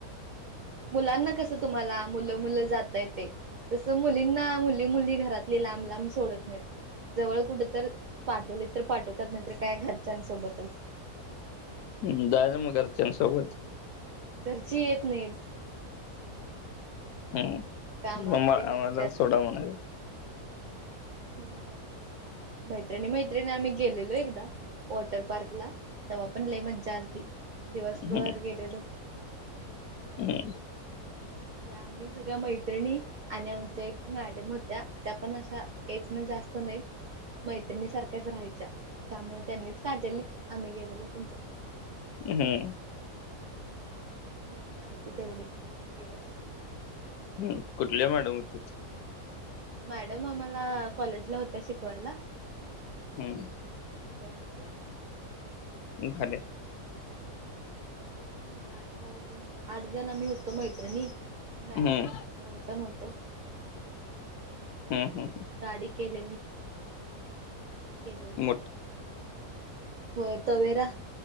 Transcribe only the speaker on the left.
ह् जायचं मग घरच्यांसोबत
हम्
मग आम्हाला
सोडा म्हणायचं
हम्म
हम्म
हम्म
हम कुठल्या मॅडम होती
हम्म
झााले <unintelligible>
हम्म
हम्म हम्म
मोठी